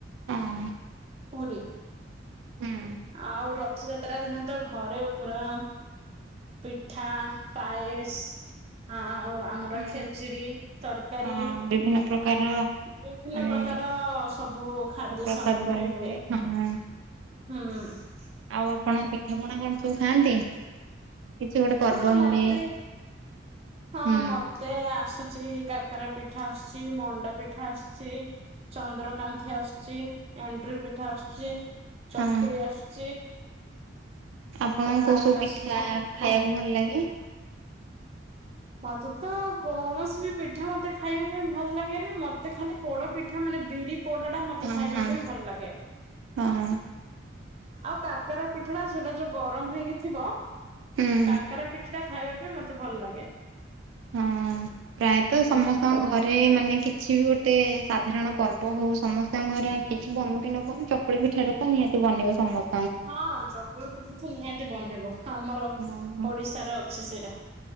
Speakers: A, on the right; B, on the right.
A: ହଁ
B: ପୁରୀ
A: ହୁଁ।
B: ଆଉ ରଥଯାତ୍ରା ଦିନେ ତ ଘରେ ପୁରା। ପିଠା ପାୟସ ଆଉ ଆମର
A: ହୁଁ
B: ଖେଚିଡି ତରକାରୀ।
A: ହଁ ବିଭିନ୍ନ ପ୍ରକାର <inaudible>
B: ବିଭିନ୍ନ
A: ମାନେ
B: ପ୍ରକାର ସବୁ ଖାଦ୍ୟ
A: ପ୍ରସାଦ
B: ସାମଗ୍ରୀ
A: ବନିଥାଏ
B: ହୁଏ।
A: ହଁ।
B: ହୁଁ।
A: ଆଉ ଆପଣ ପିଠାପଣା କଣ ସବୁ ଖାଆନ୍ତି କିଛି ଗୋଟେ ପର୍ବ
B: ହଁ ମତେ
A: ହେଲେ।
B: ହଁ
A: ହୁଁ।
B: ମତେ ଆସୁଚି କାକରା ପିଠା ଆସୁଛି ମଣ୍ଡା ପିଠା ଆସୁଛି। ଚନ୍ଦ୍ରକାନ୍ତି ଆସୁଛି ଏନ୍ଦୁରି ପିଠା ଆସୁଛି। ଚକୁଳି
A: ହଁ
B: ଆସୁଛି।
A: ଆପଣ
B: ଗାରି
A: କୋଉ ସବୁ ପିଠା
B: ଆସୁଛି
A: ଖାଇବାକୁ ଭଲ ଲାଗେ?
B: ମତେ ତ କୌଣସି ବି ପିଠା ମତେ ଖାଇବା ପାଇଁ ଭଲ ଲାଗେନ ମତେ ଖାଲି ପୋଡ ପିଠା ମାନେ ବିରି ପୋଡା ଟା ମତେ
A: ହଁ
B: ଖାଇବା
A: ହଁ
B: ପାଇଁ ଭଲ ଲାଗେ।
A: ହଁ
B: ଆଉ କାକରା ପିଠାଟା ସେଟା ଯୋଉ ଗରମ ହେଇକି ଥିବ
A: ହୁଁ
B: କାକରା ପିଠା ଟା ଖାଇବା ପାଇଁ ମତେ ଭଲ ଲାଗେ।
A: ହଁ ପ୍ରାୟତଃ
B: ହୁଁ
A: ସମସ୍ତଙ୍କ ଘରେ ମାନେ କିଛି ବି ଗୋଟେ ସାଧାରଣ ପର୍ବ ହଉ ସମସ୍ତଙ୍କ ଘରେ କିଛି ବନୁ କି ନ ବନୁ ଚ ଚକୁଳି ପିଠାରେ ତ ନିହାତି ବନିବ ସମସ୍ତେ
B: ହଁ ଚକୁଳି ପିଠା ତ ନିହାତି ବନେଇବ ଆମର
A: ହଁ
B: ଓଡିଶାରେ ଅଛି ସେଇଟା।